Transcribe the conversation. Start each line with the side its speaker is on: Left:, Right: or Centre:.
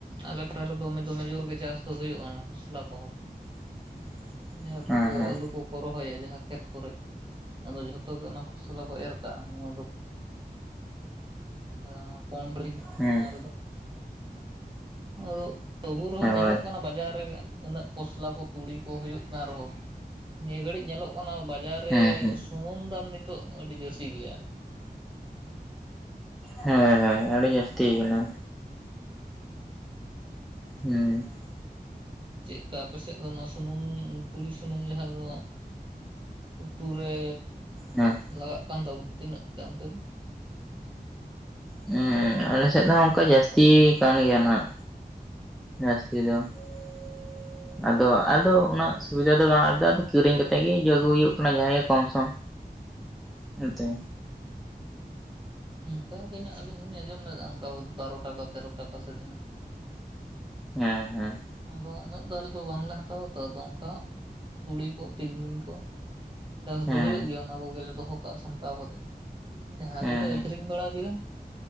Right: ᱟᱞᱮ ᱯᱟᱴᱟ ᱨᱮ ᱫᱚᱢᱮ ᱫᱚᱢᱮ ᱡᱳᱨ ᱜᱮ ᱪᱟᱥ ᱫᱚ ᱦᱩᱭᱩᱜ-ᱟ ᱚᱱᱟᱠᱚ ᱠᱷᱚᱥᱞᱟ ᱠᱚᱦᱚᱸ
Centre: <inaudible>
Right: ᱡᱟᱦᱟᱸ
Centre: ᱦᱮᱸ
Right: ᱠᱚᱠᱚ
Centre: ᱦᱮᱸ
Right: ᱟᱹᱞᱩ ᱠᱚ ᱠᱚ ᱨᱚᱦᱚᱭᱟ ᱡᱟᱦᱟᱸ ᱠᱷᱮᱛ ᱠᱚᱨᱮ ᱟᱫᱚ ᱡᱷᱚᱛᱚ ᱜᱮ ᱚᱱᱟ ᱠᱷᱚᱥᱞᱟ ᱠᱚ ᱮᱨ ᱠᱟᱜ-ᱟ ᱚᱱᱟ ᱫᱚ ᱟᱫᱚ ᱚᱱᱟ ᱠᱚᱰᱨᱤ
Centre: ᱦᱮᱸ
Right: ᱚᱱᱟ ᱨᱮ ᱫᱚ ᱟᱫᱚ ᱛᱚᱵᱩ ᱨᱮᱦᱚᱸ
Centre: ᱦᱮᱸ
Right: ᱧᱮᱞᱚᱜ
Centre: ᱦᱳᱭ
Right: ᱠᱟᱱᱟ ᱵᱟᱡᱟᱨ ᱨᱮᱜᱮ ᱩᱱᱟᱹᱜ ᱠᱚᱥᱞᱟ ᱠᱚ ᱛᱩᱲᱤ ᱠᱚ ᱦᱩᱭᱩᱜ ᱠᱟᱱ ᱨᱮᱦᱚᱸ ᱱᱤᱭᱟᱹ ᱜᱷᱟᱹᱲᱤᱡ ᱧᱮᱞᱚᱜ ᱠᱟᱱᱟ ᱵᱟᱡᱟᱨ ᱨᱮ
Centre: ᱦᱮᱸ ᱦᱮᱸ
Right: ᱥᱩᱱᱩᱢ ᱫᱟᱢ ᱱᱤᱛᱚᱜ ᱟᱹᱰᱤ ᱡᱟᱹᱥᱤ ᱜᱮᱭᱟ
Centre: ᱦᱮᱸ ᱦᱮᱸ ᱟᱹᱵᱤ ᱡᱟᱹᱥᱛᱤ ᱠᱟᱱᱟ ᱦᱩᱸ
Right: ᱪᱮᱜᱠᱟ ᱟᱯᱮ ᱥᱮᱫ ᱫᱚ ᱱᱚᱣᱟ ᱥᱩᱱᱩᱢ ᱛᱩᱲᱤ ᱥᱩᱱᱩᱢ ᱡᱟᱦᱟᱸ ᱫᱚ ᱩᱛᱩ ᱨᱮ
Centre: ᱦᱮᱸ
Right: ᱞᱟᱜᱟᱜ ᱠᱟᱱ ᱛᱟᱵᱚᱱᱟ ᱛᱤᱱᱟᱹᱜ ᱠᱟᱛᱮ ᱚᱱᱛᱮ ᱫᱚ
Centre: ᱦᱮᱸ ᱟᱞᱮ ᱥᱮᱫ ᱦᱚ ᱚᱝᱠᱟ ᱡᱟᱹᱥᱛᱤ ᱠᱟᱱ ᱜᱮᱭᱟ ᱱᱟᱸᱜ ᱡᱟᱹᱥᱛᱤ ᱫᱚ <inaudible> ᱟᱫᱚ ᱟᱫᱚ ᱩᱱᱟᱹᱜ ᱥᱩᱵᱤᱫᱟ ᱫᱚ ᱵᱟᱝ ᱟᱫᱚ ᱠᱤᱨᱤᱧ ᱠᱟᱛᱮᱜ ᱜᱤ ᱟᱜᱩ ᱦᱩᱭᱩᱜ ᱠᱟᱱᱟ ᱡᱟᱦᱟᱸ ᱜᱮ ᱠᱚᱢᱥᱚᱢ <unintelligible>
Right: ᱚᱱᱠᱟ ᱛᱤᱱᱟᱹᱜ ᱟᱹᱞᱤᱧ ᱦᱚᱞᱤᱧ ᱟᱸᱡᱚᱢ ᱞᱮᱫ ᱚᱱᱠᱟ ᱵᱟᱨᱚ ᱴᱟᱠᱟ ᱛᱮᱨᱚ ᱴᱟᱠᱟ ᱥᱮ ᱛᱤᱱᱟᱹᱜ
Centre: ᱦᱩᱸ ᱦᱩᱸ
Right: ᱟᱫᱚ ᱩᱱᱟᱹᱜ ᱫᱚ ᱟᱞᱮ ᱫᱚ ᱵᱟᱝᱞᱮ ᱦᱟᱛᱟᱣᱟ ᱛᱚ ᱟᱫᱚ ᱚᱝᱠᱟ ᱛᱩᱲᱤ ᱠᱚ ᱛᱤᱞᱢᱤᱧ ᱠᱚ ᱪᱟᱥ
Centre: ᱦᱮᱸ
Right: ᱫᱚ ᱦᱩᱭᱩᱜ ᱜᱮᱭᱟ ᱚᱱᱟ ᱠᱚᱜᱮᱞᱮ ᱫᱚᱦᱚ ᱠᱟᱜ-ᱟ ᱥᱟᱢᱴᱟᱣ ᱠᱟᱛᱮ ᱡᱟᱦᱟᱸ
Centre: ᱦᱮᱸ
Right: ᱜᱮᱞᱮ ᱟᱹᱠᱷᱨᱤᱧ ᱵᱟᱲᱟ ᱠᱮᱫᱟ